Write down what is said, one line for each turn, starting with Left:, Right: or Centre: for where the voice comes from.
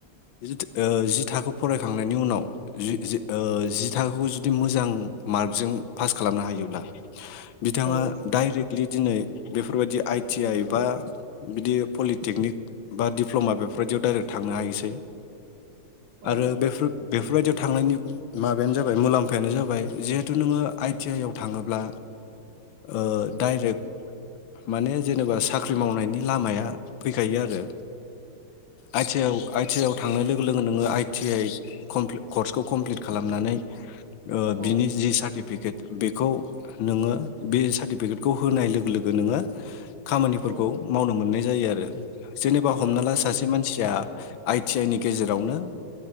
Left: जिथ ओ जि थाखो फरायखांनायनि उनाव जि-जि ओ जि थाखोखौ जुदि मोजां मार्कजों पास खालामनो हायोब्ला बिथाङा
Right: औ
Left: डाइरेक्टलि दिनै बेफोरबायदि आइटि आइ बा बिदि पलिटेकनिक बा दिडप्ल'मा बेफोरबायदियाव डाइरेक्ट थांनो हायोसै
Right: औ
Left: आरो बेफोर बेफोरबायदि थांनायनि माबायानो जाबाय मुलाम्फायानो जाबाय जिहेथु नोङो आइटि आइ आव थाङोब्ला ओ डाइरेक्ट माने जेनेबा साख्रि मावनायनि लामाया फैखायो आरो आइ थि आइ आव आइ टि आइ आव थांनाय लोगो लोगो नोङो आइ टि आइ कर्सखौ कमप्लिट खालामनानै ओ
Right: औ
Left: बिनि जि साख्रि फेकेट बेखौ नोङो बे सार्टिफिकेटखौ होनाय लोगो लोगो नोङो खामानिफोरखौ
Right: औ
Left: मावनो मोननाय जायो आरो जेनेबा
Right: औ
Left: हमना ला सासे मानसि जाया आइ टि आइ नि गेजेरावनो